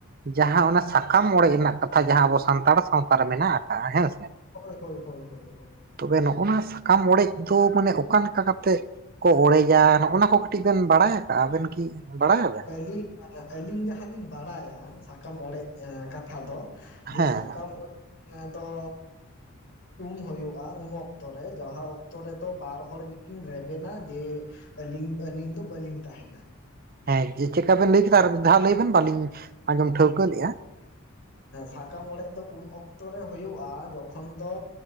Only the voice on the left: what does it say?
ᱦᱚᱭ ᱦᱚᱭ ᱦᱚᱭ
ᱟᱹᱞᱤ ᱟᱹᱞᱤᱧ ᱡᱟᱦᱟᱸ ᱞᱤᱧ ᱵᱟᱰᱟᱭᱟ ᱥᱟᱠᱟᱢ ᱚᱲᱮᱡ ᱠᱟᱛ ᱛᱟ ᱫᱚ ᱡᱮ
ᱥᱟᱠᱟᱢ ᱚᱲᱮᱡ ᱫᱚ ᱩᱱ ᱦᱩᱭᱩᱜ-ᱟ ᱩᱱ ᱚᱠᱛᱚ ᱨᱮ ᱡᱟᱦᱟᱸ ᱚᱠᱛᱚ ᱨᱮᱫᱚ ᱵᱟᱨ ᱦᱚᱲ ᱜᱮᱠᱤᱱ ᱨᱮᱵᱮᱱᱟ ᱡᱮ ᱟᱹᱞᱤᱧ ᱟᱹᱞᱤᱧ ᱫᱚ ᱵᱟᱹᱞᱤᱧ ᱛᱟᱦᱮᱱᱟ᱾
ᱥᱟᱠᱟᱢ ᱚᱲᱮᱡ ᱫᱚ ᱩᱱ ᱚᱠᱛᱚ ᱨᱮ ᱦᱩᱭᱩᱜ-ᱟ? ᱡᱚᱠᱷᱚᱱ ᱫᱚ